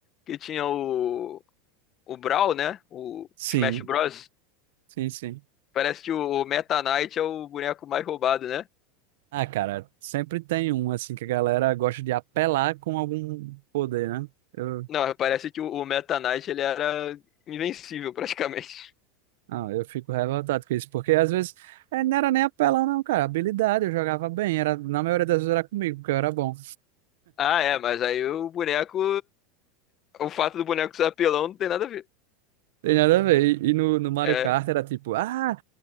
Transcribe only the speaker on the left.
que tinha o, o Brawl, né? O
Smash Bros.
Parece que o Meta Knight é o boneco mais roubado, né?
Não, parece que o, o Meta Knight ele era invencível praticamente. <laughs>
Ah, é, mas aí o boneco. O fato do boneco ser apelão não tem nada a ver.
É.